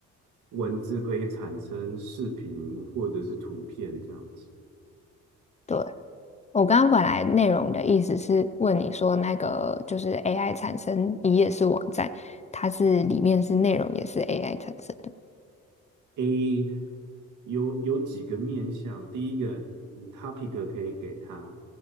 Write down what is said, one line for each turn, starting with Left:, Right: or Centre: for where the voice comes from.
Right: 文字可以产生视频或者是图片这样子。
Left: 对，我刚刚本来内容的意思是问你说那个就是 AI 产生一页是网站，它是里面是内容也是 AI 产生的，
Right: A 有有几个面向，第一个你 topic 可以给他，